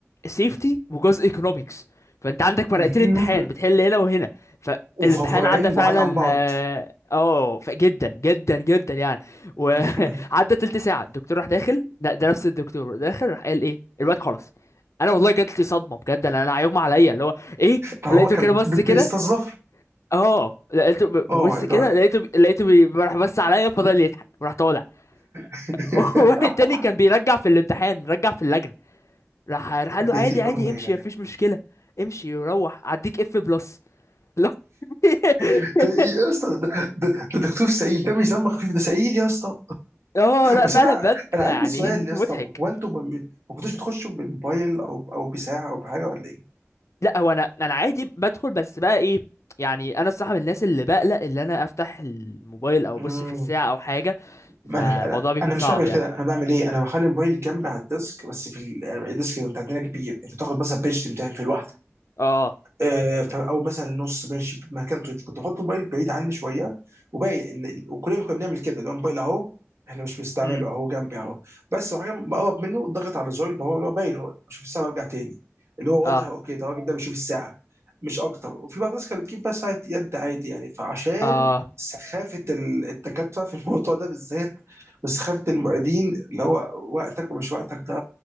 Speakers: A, on the left (about 75°); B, on the right (about 60°).
A: سيفتي وجزء ايكونومكس فانت عندك ورقتين
B: مم.
A: امتحان بتحل هنا وهنا فالامتحان
B: وفرعين
A: عدى فعلا
B: بعاد عن بعض
A: اه آه، ف- جدا جدا جدا يعني وعدى
B: <laughs>
A: <laughs> تلت ساعه الدكتور راح داخل ده, ده نفس الدكتور داخل راح قال ايه الوقت خلاص انا والله جات لي صدمه بجد انا أنا هيغمى عليا اللي هو ايه
B: فهو
A: فلقيته
B: كان
A: كده بس
B: بي-
A: كده
B: بيستظرف
A: اه لقيته ب- ببص
B: اوه ماي
A: كده
B: جاد
A: لقيته بي- لقيته بي- راح بص عليا فضل يضحك وراح طالع
B: <laughs>
A: <laughs> واحد تاني كان بيرجع في الامتحان رجع في اللجنه راح راح قال له
B: يا
A: عادي
B: دي
A: عادي
B: الام يا
A: امشي
B: جدعان
A: مفيش مشكله امشي روح اديك اف بلس لا <laughs>
B: ده- إيه يا اسطى ده, ده, ده دكتور سعيد ده مش دم خفيف ده سعيد يا اسطى
A: اه لا
B: بس
A: فعلا
B: انا
A: بجد
B: انا
A: يعني
B: عندي سؤال يا
A: <laughs> مضحك
B: اسطى هو انتوا ما ما كنتوش بتخشوا بالموبايل او او بساعه او بحاجه ولا
A: لا هو انا انا عادي بدخل بس بقى ايه يعني انا الصراحه من الناس اللي بقلق ان انا افتح الموبايل او ابص
B: ايه؟
A: في الساعه او حاجه
B: ما
A: فالموضوع
B: انا انا
A: بيكون
B: انا
A: صعب
B: مش بعمل
A: يعني
B: كده انا بعمل ايه انا بخلي الموبايل جنبي على الديسك بس في ال- الديسك اللي انت عندنا كبير انت تاخد بس البيج بتاعي في الواحده
A: اه
B: آه، ف- او مثلا نص ماشي في مكانته كنت بحط الموبايل بعيد عني شويه وباقي ال- وكلنا كنا بنعمل كده اللي هو الموبايل اهو احنا مش بنستعمله
A: امم
B: اهو جنبي اهو بس وبعدين بقرب منه ضغط على زرار اللي هو اللي هو باين هو بشوف الساعه وارجع تاني اللي هو
A: اه
B: واضح اوكي ده الراجل ده بيشوف الساعه مش اكتر وفي بعض الناس كانت بتجيب بقى ساعه يد عادي يعني فعشان
A: اه
B: سخافه ال- الدكاتره في الموضوع ده بالذات وسخافه المعيدين اللي هو وقتك ومش وقتك ده